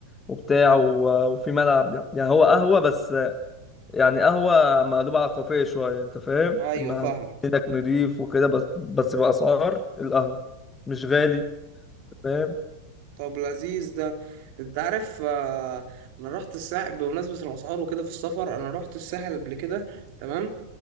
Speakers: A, on the left; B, on the right.
A: وبتاع و- وفي ملعب يعني هو قهوة بس يعني قهوة مقلوبة على كافيه شوية أنت فاهم؟
B: أيوه
A: إما
B: فاهمك
A: إنك نضيف وكده بس بس بأسعار القهوة مش غالي أنت فاهم؟
B: طب لذيذ ده أنت عارف آه، أنا رحت الساحل بمناسبة الأسعار وكده في السفر أنا رحت الساحل قبل كده تمام